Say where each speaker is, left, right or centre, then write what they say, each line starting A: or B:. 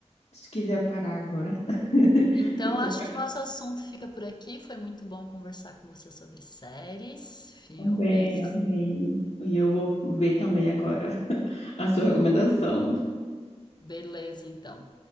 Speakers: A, on the left (about 70°); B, on the left (about 40°).
A: Se quiser parar agora, <laughs>
B: Então,
A: ficou
B: acho que nosso assunto fica por aqui. Foi muito bom conversar com você sobre séries, filmes.
A: bem, amei. E eu vou ver também agora <laughs> a sua recomendação.
B: Beleza, então.